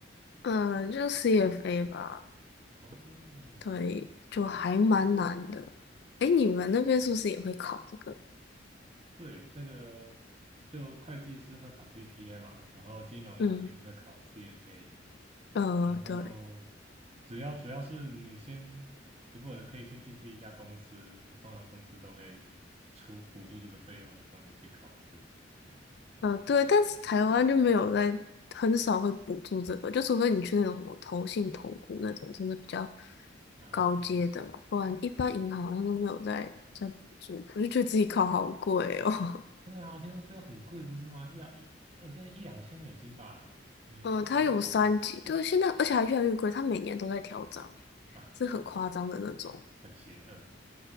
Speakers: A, on the left (about 60°); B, on the right (about 30°).
A: 嗯，就 CFA 吧，
B: 哦，
A: 对，就还蛮难的。哎、你们那边是不是也会考这个？
B: 对，这个就会计师会考 CPA 嘛，然后金融行业会考
A: 嗯，
B: CFA，
A: 呃，
B: 然后
A: 对。
B: 主要主要是你先，如果可以先进去一家公司，通常公司都会出补助这个费用帮你去考试。对
A: 嗯，对，但是台湾就没有在，很少会补助这个，就除非你去那种什么投信、投顾那种，真的比较
B: 啊，
A: 高阶的嘛，不然一般银行好像都没有在在补助。我就觉得自己考好贵哦。
B: 对啊，我听说用很贵，不是吗？一两一，我记得一两千美金吧。
A: <laughs>
B: 你考考的
A: 嗯，它有三级，对，现在而且还越来越贵，它每年都在调涨欸，
B: 啊，
A: 是很夸张的那种。
B: 很邪恶。